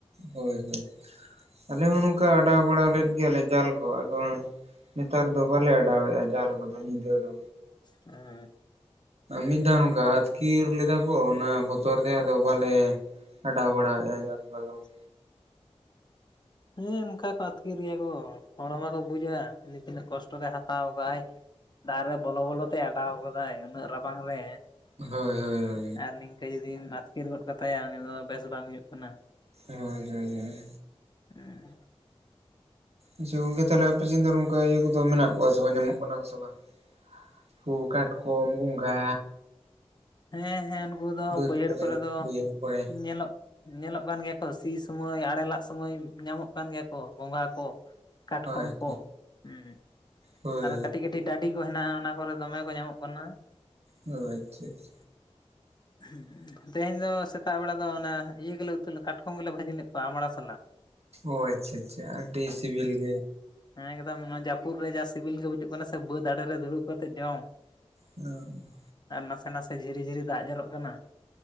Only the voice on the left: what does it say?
ᱮᱸᱻ
<inaudible> ᱦᱮᱸ, ᱚᱱᱠᱟ ᱠᱚ ᱟᱹᱛᱠᱤᱨ ᱜᱮᱭᱟ ᱠᱚ ᱦᱚᱲ ᱢᱟᱠᱚ ᱵᱩᱡᱟ ᱩᱱᱤ ᱛᱤᱱᱟᱹᱜ ᱠᱚᱥᱴᱚᱮ ᱦᱟᱛᱟᱣ ᱠᱟᱜ ᱟᱭ᱾ ᱫᱟᱜ ᱨᱮ ᱵᱚᱞᱚ ᱵᱚᱞᱚ ᱛᱮᱭ ᱚᱰᱟᱣ ᱠᱟᱫᱟᱭ ᱩᱱᱟᱹᱜ ᱨᱟᱵᱟᱝ ᱨᱮ᱾
ᱟᱨ ᱱᱤᱝᱠᱟᱹ ᱡᱚᱫᱫᱤᱧ ᱟᱹᱛᱠᱤᱨ ᱜᱚᱫ ᱠᱟᱛᱟᱭᱟ ᱩᱱᱤ ᱫᱚ ᱵᱮᱥ ᱵᱟᱝ ᱦᱩᱭᱩᱜ ᱠᱟᱱᱟ᱾
ᱦᱮᱸ,
ᱦᱮᱸ ᱦᱮᱸ, ᱩᱱᱠᱩ ᱫᱚ
ᱵᱟᱹᱭᱦᱟᱹᱲ ᱠᱚᱨᱮ ᱫᱚ
ᱧᱮᱞᱚᱜ ᱧᱮᱞᱚᱜ ᱠᱟᱱ ᱜᱮᱭᱟ ᱠᱚ ᱥᱤ ᱥᱩᱚᱢᱚᱭ, ᱟᱲᱮ ᱞᱟᱜ ᱥᱚᱢᱚᱭ, ᱧᱟᱢᱚᱜ ᱠᱟᱱ ᱜᱮᱭᱟ ᱠᱚ ᱜᱚᱸᱜᱷᱟ ᱠᱚ᱾ ᱠᱟᱴᱠᱚᱢ
ᱠᱚ ᱦᱮᱸ,
ᱟᱨ ᱠᱟᱹᱴᱤᱡ ᱠᱟᱹᱴᱤᱡ ᱰᱟᱹᱰᱤ ᱠᱚ ᱦᱮᱱᱟᱜᱼᱟ ᱚᱱᱟ ᱠᱚᱨᱮ ᱫᱚᱢᱮ ᱠᱚ ᱧᱟᱢᱚᱜ ᱠᱟᱱᱟ᱾
ᱦᱮᱸ ᱦᱮᱸ, ᱛᱮᱦᱮᱧ ᱫᱚ ᱥᱮᱛᱟᱜ ᱵᱮᱲᱟ ᱫᱚ ᱚᱱᱟ ᱤᱭᱟᱹ ᱜᱮᱞᱮ ᱩᱛᱩ ᱠᱟᱴᱠᱚᱢ ᱜᱮᱞᱮ ᱵᱷᱟᱹᱡᱤ ᱞᱮᱫ ᱠᱚᱣᱟ ᱟᱢᱲᱟ ᱥᱟᱞᱟᱜ᱾
ᱦᱮᱸ ᱮᱠᱫᱚᱢ ᱱᱚᱣᱟ ᱡᱟᱹᱯᱩᱫ ᱨᱮ ᱡᱟ ᱥᱤᱵᱤᱞ ᱜᱮ ᱵᱩᱡᱩᱜ ᱠᱟᱱᱟ ᱥᱮ ᱵᱟᱹᱫ ᱟᱲᱮ ᱨᱮ ᱫᱩᱲᱩᱵ ᱠᱟᱛᱮᱫ ᱡᱚᱢ᱾
ᱟᱨ ᱱᱟᱥᱮ ᱱᱟᱥᱮ ᱡᱷᱤᱨᱤ ᱡᱷᱤᱨᱤ ᱫᱟᱜ ᱡᱚᱨᱚᱜ ᱠᱟᱱᱟ,